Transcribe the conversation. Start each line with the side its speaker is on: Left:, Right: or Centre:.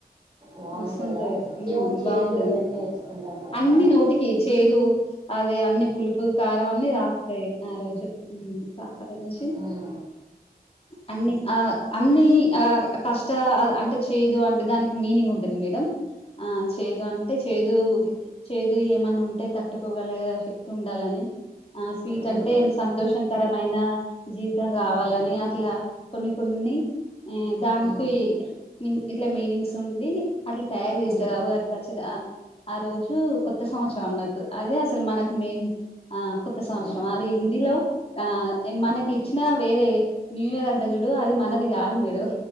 Right: బాగుంటదా
Left: మస్తు ఉంటది
Right: ఏమో
Left: మ్
Right: చేదు
Left: బావుంటది
Right: అవన్నీ వేస్తుంటాం కదా
Left: అన్ని నోటికి చేదు అదే అన్ని పులుపు కారం అన్ని తాక్తాయి ఆ రోజు తకదనేసి
Right: ఉమ్
Left: అన్ని ఆ అన్నీ ఆ కష్ట అంటే చేదు అంటే దానికి మీనింగ్ ఉంట తనిమేడం ఆ చేదు అంటే చేదూ చేదు ఏమన్నా ఉంటే తట్టుకోగల శక్తి ఉండాలని వీటంటే
Right: ఉమ్ ఉమ్ ఉమ్
Left: సంతోషకరమైన జీవితం గావాలని
Right: ఉమ్ ఉమ్
Left: అట్లా కొన్ని కొన్ని ఈ దానికి
Right: ఉమ్
Left: ఇట్లా మీనింగ్స్ ఉండి అట్లా తయారు
Right: ఉమ్
Left: జేస్తరు అవు అది పచ్చడ ఆ రోజు కొత్త సంవత్సరం అన్నట్టు అదే అసలు మనకు మెయిన్ ఆ కొత్త
Right: ఉమ్
Left: సంవత్సరం
Right: ఉమ్
Left: అది హిందీలో ఆ మనకి
Right: ఉమ్.
Left: ఇచ్చిన వేరే న్యూ ఇయర్ అంత చూడు అది మనది గాదు మీరు